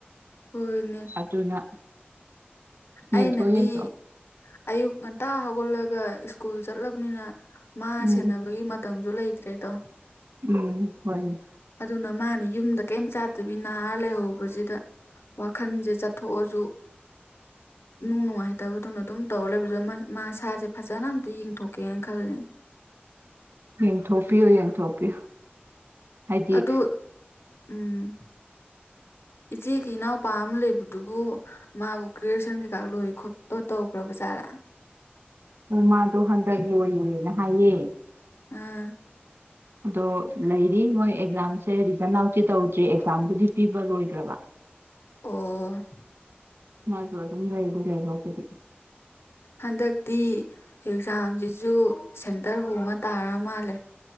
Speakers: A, on the left; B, on the right.
A: ꯍꯣꯏꯅꯦ
B: ꯑꯗꯨꯅ ꯌꯦꯡꯊꯣꯛ
A: ꯑꯩꯅꯗꯤ
B: ꯌꯦꯡꯊꯣꯛ
A: ꯑꯌꯨꯛ ꯉꯟꯇꯥ ꯍꯧꯒꯠꯂꯒ ꯁ꯭ꯀꯨꯜ ꯆꯠꯂꯕꯅꯤꯅ ꯃꯥ
B: ꯎꯝ
A: ꯁꯦꯟꯅꯕꯒꯤ ꯃꯇꯝꯖꯨ ꯂꯩꯇ꯭ꯔꯦꯗꯣ
B: ꯎꯝ ꯍꯣꯏꯅꯦ
A: ꯑꯗꯨꯅ ꯃꯥꯅ ꯌꯨꯝꯗ ꯀꯔꯤꯝ ꯆꯥꯠꯇꯕꯤ ꯅꯥꯔ ꯂꯩꯍꯧꯕꯁꯤꯗ ꯋꯥꯈꯟꯁꯦ ꯆꯠꯊꯣꯛꯑꯁꯨ ꯅꯨꯡ ꯅꯨꯡꯉꯥꯏꯇꯕꯗꯨꯅ ꯑꯗꯨꯝ ꯇꯧꯔ ꯂꯩꯕꯗꯨꯗ ꯃꯥꯁꯥꯁꯦ ꯐꯖꯅ ꯑꯝꯇ ꯌꯦꯡꯊꯣꯛꯀꯦꯅ ꯈꯜꯂꯤ
B: ꯌꯦꯡꯊꯣꯛꯄꯤꯌꯨ ꯌꯦꯡꯊꯣꯛꯄꯤꯌꯨ ꯍꯥꯏꯗꯤ
A: ꯑꯗꯨ ꯎꯝ ꯏꯆꯦꯒꯤ ꯏꯅꯥꯎꯄꯥ ꯑꯃ ꯂꯩꯕꯗꯨꯕꯨ ꯃꯥꯕꯨ ꯒꯔ꯭ꯦ ꯖꯨꯏꯁꯟ ꯀꯩꯀꯥ ꯂꯣꯏ ꯈꯣꯠꯇ ꯇꯧꯈ꯭ꯔꯕ ꯖꯥꯔꯥ
B: ꯎꯃꯗꯣ ꯍꯟꯗꯛ ꯂꯣꯏꯌꯦꯅ ꯍꯥꯏꯌꯦ
A: ꯑꯥ
B: ꯑꯗꯣ ꯂꯩꯔꯤ ꯃꯣꯏ ꯑꯦꯛꯖꯥꯝꯁꯦ ꯔꯤꯖꯟ ꯑꯥꯎꯠꯇꯤ ꯇꯧꯗ꯭ꯔꯤ ꯑꯦꯛꯖꯥꯝꯕꯨꯗꯤ ꯄꯤꯕ ꯂꯣꯏꯈ꯭ꯔꯕ
A: ꯑꯣ
B: ꯃꯥꯁꯨ ꯑꯗꯨꯝ ꯂꯩꯗꯤ ꯂꯩꯕ ꯑꯗꯨꯗꯤꯗꯤ
A: ꯍꯟꯗꯛꯇꯤ ꯑꯦꯛꯖꯥꯝꯁꯤꯁꯨ ꯁꯦꯟꯇꯔ ꯍꯣꯡꯉ ꯇꯥꯔ ꯃꯥꯜꯂꯦ